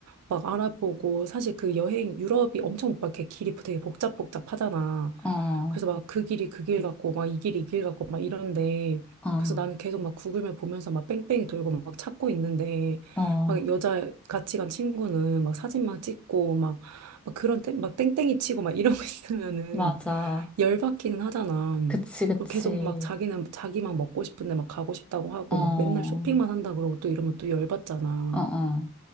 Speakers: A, on the right; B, in the centre.
A: 막 알아보고 사실 그 여행 유럽이 엄청 막 이렇게 길이 되게 복잡복잡하잖아.
B: 어,
A: 그래서 막 그 길이 그 길 같고 막 이 길이 이 길 같고 막 이런데
B: 어,
A: 그래서 나는 계속 막 구글맵 보면서 막 뺑뺑이 돌고 막 찾고 있는데
B: 어,
A: 막 여자 같이 간 친구는 막 사진만 찍고 막, 막 그런 땡, 막 땡땡이 치고 막 이러고 <laughs> 있으면은
B: 맞아.
A: 열받기는 하잖아.
B: 그치, 그치.
A: 그리고 계속 막 자기는 자기만 먹고 싶은데 막 가고 싶다고 하고
B: 어, 어,
A: 막 맨날 쇼핑만 한다 그러고 또 이러면 또 열받잖아.
B: 어,